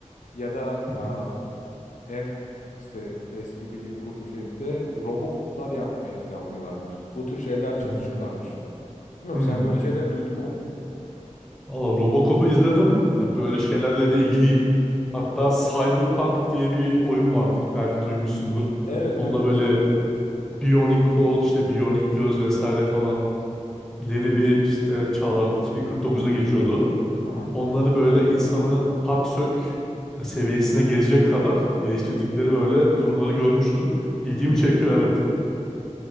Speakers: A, on the left; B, in the centre.
A: ya da am,
B: Hı
A: en işte eski bilim kurgu şeyinde robokoplar yapmayı planlıyorlarmış. Bu tür şeyler çalışıyorlarmış.
B: hı.
A: Bilmiyorum
B: Hı.
A: sen böyle şeyler duydun mu?
B: Valla Robocop'u izledim. Ya böyle şeylerle de ilgiliyim. Hatta Cyberpunk diye bir oyun vardır. Belki duymuşsundur.
A: Evet
B: Onda
A: duydum
B: böyle
A: ismini.
B: biyonik kol, işte biyonik göz vesaire falan ileri
A: Hmm.
B: bir işte çağlarda 2049'da geçiyordu.
A: Hı hı.
B: Onları böyle insanı tak sök seviyesine gelecek kadar geliştirdikleri böyle durumları görmüştüm. İlgimi
A: Hı hı.
B: çekiyor evet.